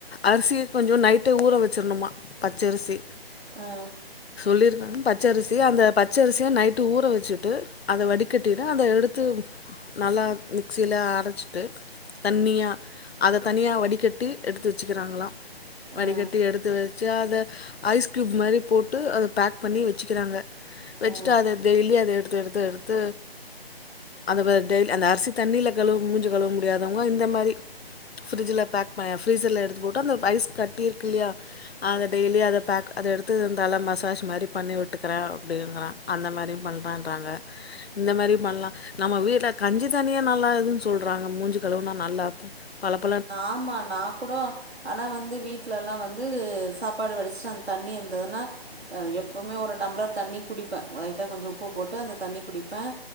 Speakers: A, on the left; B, on the right.
A: அரிசிய கொஞ்சோ நைட்டே ஊற வெச்சருனுமா பச்சரிசி
B: ஆ
A: சொல்லிருக்காங்க பச்சரிசி அந்த பச்சரிசிய நைட்டு ஊற வெ ச்சுட்டு அத வடிகட்டிட்டு அத எடுத்து நல்லா மிக்ஸில அரச்சுட்டு தண்ணியா அத தனியா வடிகட்டி எடுத்து வெச்சிக்கிறாங்களா வடிகட்டி
B: ஆ
A: எடுத்து வெச்சு அத ஐஸ் கியூப் மாரி போட்டு அத பேக் பண்ணி வெச்சுக்கிறாங்க வெச்சுட்டு
B: ஆ
A: அத டெய்லியு அத எடு த்து எடுத்து எடுத்து அதவ டெய்லி அந்த அரிசி தண்ணில கழுவு மூஞ்சி கழுவ முடியாதவங்க இந்த மாரி ஃப்ரிட்ஜில் பேக் பண்ண ஃப்ரீஸர்ல எடுத்து போட்டு அந்த ஐஸ் கட்டியிருக்கில்லையா அத டெய்லி அத பேக் அத எடுத்து தல மசாஜ் மாரி பண்ணி விட்டுக்குறே அப்டீங்குறா அந்த மாரியு பண்ணறா ங்க இந்த மாரியு பண்ணலா நம்ம வீட்ல கஞ்சி தனியே நல்லாதுன்னு சொல்றாங்க மூஞ்சு கழுவுனா நல்லா ப பல
B: ஆமா ந கூடோ ஆனா வந்து வீட்டுல எல்லா வந்து சாப்பாடு வெடிச்சிட்டு அந்த தண்ணி இருந்ததுன்னா எப்போவுமே ஒரு டம்ளர் தண்ணி குடிப்பேன் லைட்டா கொஞ்சோ உப்பு போட்டு அந்த தண்ணி குடிப்பேன்